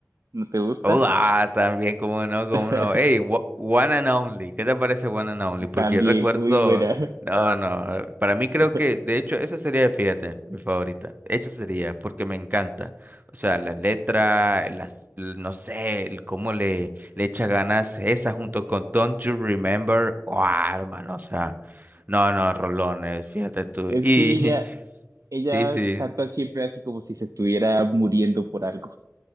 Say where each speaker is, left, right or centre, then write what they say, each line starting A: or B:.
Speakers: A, on the right; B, on the right.
A: ¿no te gusta?
B: Oh, ah, también, cómo no, cómo
A: <laughs>
B: no. Hey, wa- One and Only, ¿qué te parece One and Only? Porque
A: También,
B: yo recuerdo,
A: muy buena.
B: no, no, para mí creo
A: <laughs>
B: que, de hecho, esa sería, fíjate, mi favorita. Esa sería, porque me encanta. O sea, la letra, las, l- no sé, el cómo le, le echa ganas esa junto con Don't You Remember. Oh, hermano, o sea, no, no, rolones, fíjate tú.
A: Es
B: Y
A: que ella,
B: <laughs>
A: ella
B: sí, sí,
A: canta siempre así como si se estuviera muriendo por algo.